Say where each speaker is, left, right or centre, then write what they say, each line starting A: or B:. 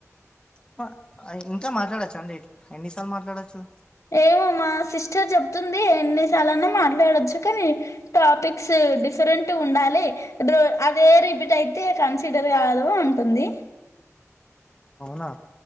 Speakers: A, on the left; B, on the left.
A: ప ఇంకా మాట్లాడొచ్చా అండి ఎన్నిసార్లు మాట్లాడొచ్చు
B: ఏమో మా సిస్టర్ చెప్తుంది ఎన్నిసార్లైనా మాట్లాడొచ్చు కనీ టాపిక్స్ డిఫరెంట్ గుండాలి డ్రొ అదే రిపీట్ అయితే కన్సిడర్ గాదు అంటుంది
A: అవునా